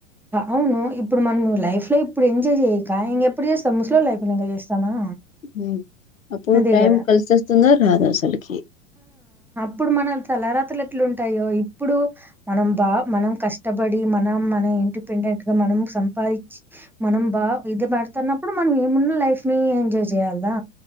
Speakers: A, in the centre; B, on the left.
A: అవును ఇప్పుడు మనం లైఫ్ లో ఇప్పుడు ఎంజాయ్ చేయక ఇంకెప్పుడు చేస్తాం ముస్లోల్లం అయినాంక చేస్తామా
B: మ్మ్ అప్పుడు
A: అదే
B: టైం
A: గదా!
B: కలిసి వస్తుంధో రాధో అసలకి
A: ఇప్పుడు మన తలరాతలు ఎట్ల ఉంటాయో ఇప్పుడు మనం బాగా మనం కష్టపడి మనం మన ఇండిపెండెంట్ గా మనం సంపాదించి మనం బాగా ఇది పెడుతున్నప్పుడు మనం ఏమున్నా లైఫ్ ని ఎంజాయ్ చేయాలా